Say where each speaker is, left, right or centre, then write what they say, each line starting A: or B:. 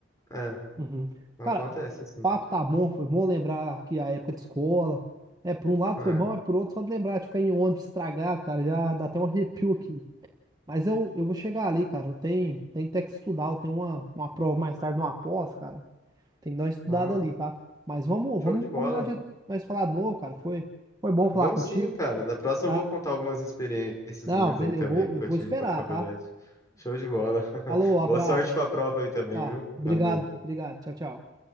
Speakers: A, on the left; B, on the right.
A: É,
B: Uhum.
A: não
B: Cara,
A: acontece assim.
B: papo tá bom, foi bom lembrar que a época de escola. É, por um lado
A: É.
B: foi bom, é por outro, só de lembrar de ficar em ônibus estragado, cara, já dá até um arrepio aqui. Mas eu, eu vou chegar ali, cara. Eu tenho, tenho até que estudar. Eu tenho uma, uma prova mais tarde, uma pós, cara. Tem que dar uma estudada
A: Ó.
B: ali, tá? Mas vamos,
A: Show
B: vamos
A: de bola.
B: combinar de nós falar de novo, cara. Foi, foi bom
A: Vamos
B: falar contigo,
A: sim, cara. Da próxima
B: tá?
A: eu vou contar algumas experiências
B: Não,
A: minhas
B: beleza.
A: aí também,
B: Eu vou,
A: que
B: eu
A: eu
B: vou
A: tive
B: esperar,
A: com a faculdade.
B: tá?
A: Show de bola. <laughs>
B: Alô, abraço.
A: Boa sorte com a prova aí também,
B: Tá,
A: viu?
B: obrigado,
A: Valeu.
B: obrigado. Tchau, tchau.